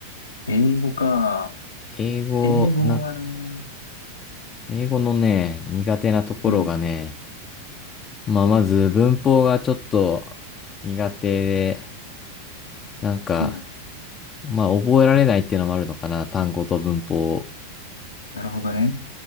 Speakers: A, on the left; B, on the left.
A: 英語か。
B: 英語、
A: 英語はな。
B: な、英語のね、苦手なところがね、
A: うん。
B: まあ、まず文法がちょっと苦手で、なんか、
A: うん。
B: まあ、覚えられないっていうのもあるのかな。単語と文法を。
A: なるほどね。